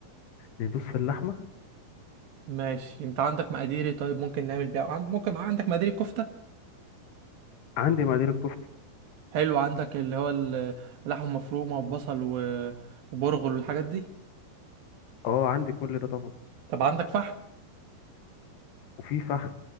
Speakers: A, on the left; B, on the right.
A: ندوس في اللحمه
B: ماشي انت عندك مقاديري طيب ممكن نعمل بيها عن- ممكن عندك مقادير كفته
A: عندي مقادير الكفته
B: حلو عندك اللي هو ال- اللحمه المفرومه وبصل و- وبرغل والحاجات دي
A: اه عندي كل ده طبعا
B: طب عندك فحم
A: وفي فحم